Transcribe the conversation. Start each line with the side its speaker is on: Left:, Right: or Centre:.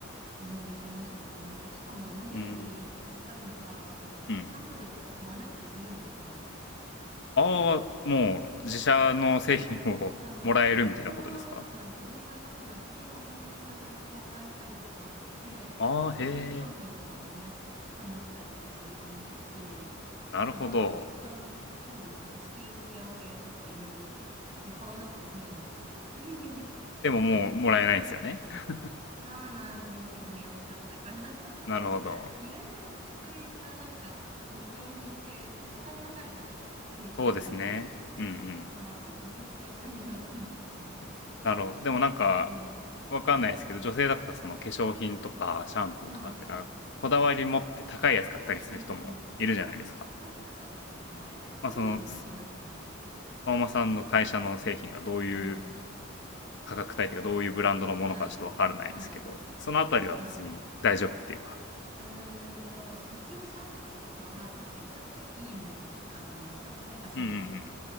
Right: ね、できましたね。しかも何より助かるのが、
Left: うん。
Right: その、
Left: うん。
Right: シャンプーとか買わなくて済むんですよ、もう。
Left: ああ、もう、自社の製品をもらえるみたいなことですか
Right: はい、そうなんです自社のもだし、他のメーカーさんと交換したりとかもあるんで、
Left: ああー、
Right: 結構新商品とかもね、
Left: へえ。
Right: 試したりとかできますし、
Left: なるほど。
Right: なので、あと他の、そうですね、スキンケア系とかいろいろ、ね買わなくて済んでましたね。<laughs>
Left: でももうもらえないんですよね。<laughs>
Right: そうなんですよ。もうやめちゃったから <laughs>
Left: なるほど。
Right: 意外とね、そういったなんか日用品ってお金かかるじゃないですか。定期的に買ってたら。
Left: そうですね。うんうん。
Right: あー、結構節約になってましたね。
Left: なるほど。でもなんか、
Right: うん。
Left: わかんないですけど、
Right: <clears throat>
Left: 女性だったらその化粧品とかシャンプーとかってなんか、
Right: はい。
Left: こだわり持って高いやつ買ったりする人もいるじゃないですか。
Right: うん。そうですね。そういうのもありますね。
Left: まあ、その、相馬さんの会社の製品がどういう
Right: うん。
Left: 価格帯というか、どういうブランドのものかちょっとわからないですけど、
Right: はい。はい。
Left: そのあたりは別に大丈夫っていうか。
Right: はい。うーんと、一応シャンプーとかは確かにちょっといいものを使ってました。なんかその、
Left: うんうん